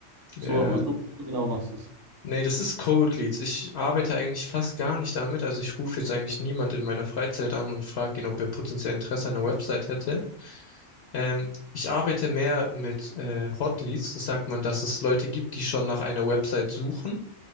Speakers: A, on the left; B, on the right.
A: ja,
B: So, haben wir- so, so genau machst du es.
A: nee, das ist Cold Leads. Ich arbeite eigentlich fast gar nicht damit. Also ich rufe jetzt eigentlich niemand in meiner Freizeit an und frage ihn, ob er potenziell Interesse an einer Website hätte. Ähm, ich arbeite mehr mit äh, Hot Leads. Das sagt man, dass es Leute gibt, die schon nach einer Website suchen,